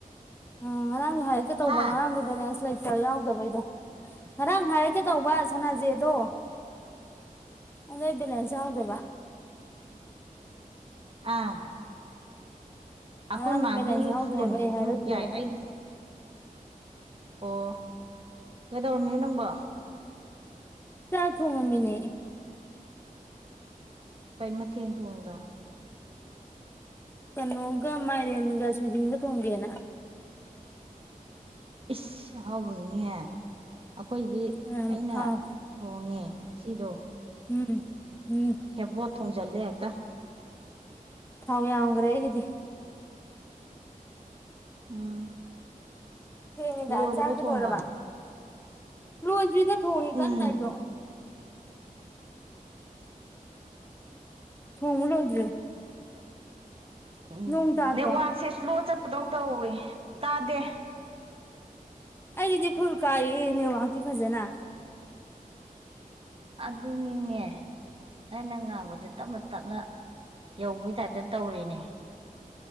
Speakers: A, on the left (about 15°); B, on the right (about 40°).
A: ꯎꯝ ꯉꯔꯥꯡꯗꯣ ꯍꯥꯏꯔꯛꯀꯦ ꯇꯧꯕ
B: ꯍꯥ
A: ꯉꯔꯥꯡꯗꯣ ꯕꯦꯂꯦꯟꯁ ꯂꯩꯇꯦ ꯌꯥꯎꯗꯕꯩꯗꯣ ꯉꯔꯥꯡ ꯍꯥꯏꯔꯛꯀꯦ ꯇꯧꯕ ꯁꯅꯥꯖꯦꯗꯣ ꯑꯗꯣ ꯚꯦꯂꯦꯟꯁ ꯌꯥꯎꯗꯕ
B: ꯑꯥ ꯑꯩꯈꯣꯏ
A: ꯉꯔꯥꯡꯅ
B: ꯃꯥꯒꯤ
A: ꯕꯦꯂꯦꯟꯁ ꯌꯥꯎꯗ꯭ꯔꯦꯕ
B: ꯐꯣꯟꯗꯨꯁꯨ
A: ꯑꯩ ꯍꯥꯏꯔꯛꯇ꯭ꯔꯦꯕ
B: ꯌꯥꯏ
A: ꯑꯗꯨꯝ
B: ꯑꯩꯒꯤ ꯑꯣ ꯀꯩ ꯇꯧꯔꯝꯃꯤꯅ ꯅꯪꯕꯣ
A: ꯆꯥ ꯊꯨ ꯃꯃꯤꯅꯦ
B: ꯀꯩ ꯃꯊꯦꯜ ꯊꯣꯡꯉꯕ
A: ꯀꯩꯅꯒꯃꯥꯏꯔꯤꯟꯒ ꯁꯖꯤꯗ ꯇꯣꯡꯒꯦꯅ
B: ꯏ ꯍꯕꯨ ꯏꯅꯦ ꯍꯥꯏ ꯑꯩꯈꯣꯏꯗꯤ
A: ꯊꯥꯎ
B: ꯑꯩꯅ ꯊꯣꯡꯉꯦ ꯁꯤꯗ
A: ꯎꯝ ꯎꯝ
B: ꯍꯦꯕꯠ ꯊꯣꯡꯖꯜꯂꯦ ꯍꯥꯏꯛꯇ
A: ꯊꯋ ꯃ꯭ꯔ ꯍꯦꯒꯗꯤ
B: ꯎꯝ
A: ꯊꯦꯡꯉꯦꯗ
B: ꯂꯣꯏꯔꯕ
A: ꯆꯥꯔꯗꯤ
B: ꯊꯣꯡꯕ
A: ꯂꯣꯏꯔꯕ ꯂꯣꯏꯗ꯭ꯔꯤꯗ ꯇꯣꯡꯉꯤ
B: ꯎꯝ
A: ꯀꯟꯅ ꯑꯩꯖꯣ ꯊꯣꯡꯕ ꯂꯣꯏꯗ꯭ꯔꯤ
B: ꯎ ꯎꯝ
A: ꯅꯣꯡ ꯇꯥꯗ꯭ꯔꯣ
B: ꯅꯦꯋꯥ ꯁꯦ ꯁ꯭ꯂꯣ ꯆꯠ ꯇꯧ ꯇꯧꯋꯦ ꯇꯥꯗꯦ
A: ꯑꯩꯒꯤꯗꯤ ꯐꯨꯜ ꯀꯥꯏꯍꯦ ꯅꯦꯋꯥꯛꯗꯤ ꯐꯖꯅ
B: ꯑꯗꯨꯅꯤꯅꯦ ꯅꯪꯅ ꯉꯥꯡꯕꯁꯦ ꯇꯞꯅ ꯇꯞꯅ ꯌꯧꯕꯩꯒꯤ ꯇꯥꯞꯇ ꯇꯧꯔꯤꯅꯦ